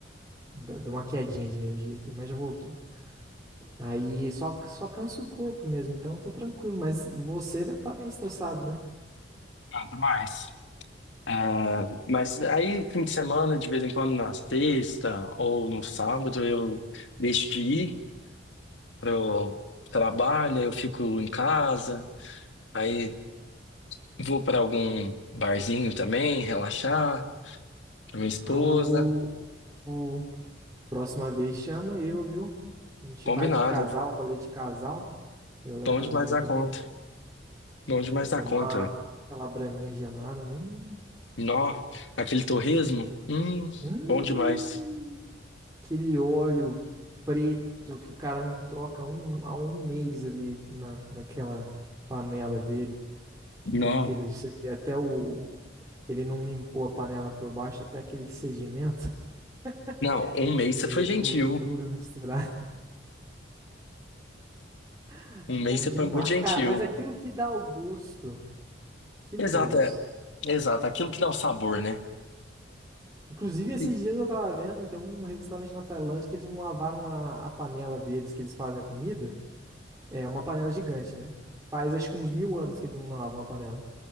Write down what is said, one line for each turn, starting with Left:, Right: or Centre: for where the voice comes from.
Right: deu deu uma quedinha de energia aqui, mas já voltou. Aí só, só cansa o corpo mesmo, então eu tô tranquilo. Mas você deve estar bem estressado, né?
Left: Não, demais. É, mas aí, fim de semana, de vez em quando, na sexta ou no sábado, eu deixo de ir pro trabalho, eu fico em casa, aí vou para algum barzinho também, relaxar, com minha esposa.
Right: Ah, o- o- Próxima vez chama eu, viu? A gente
Left: Combinado.
Right: vai de casal, rolê de casal. Eu levo
Left: Bom demais
Right: a minha
Left: da
Right: também.
Left: conta. Bom demais da
Right: Tomar
Left: conta. é.
Right: aquela braminha gelada. Hum.
Left: Nó, aquele torresmo? Hum,
Right: Hum,
Left: bom demais.
Right: aquele óleo preto que o cara não troca há um, há um mês ali na, naquela panela dele, que
Left: Nó.
Right: tem aquele, você vê até o, ele não limpou a panela por baixo, até aquele sedimento
Left: Não,
Right: <laughs>
Left: um
Right: de
Left: mês você foi gentil.
Right: gordura misturada. <laughs>
Left: Um
Right: Bom
Left: mês você
Right: demais.
Left: foi muito gentil.
Right: Cara, mas aquilo que dá o gosto, aquilo
Left: Exato,
Right: que dá o gosto.
Left: é. Exato, aquilo que dá o sabor, né?
Right: Inclusive, esses
Left: E-
Right: dias eu tava vendo, tem um restaurante na Tailândia que eles não lavaram a, a panela deles, que eles fazem a comida. É uma panela gigante, né? Faz acho que uns mil anos que eles não lavam a panela.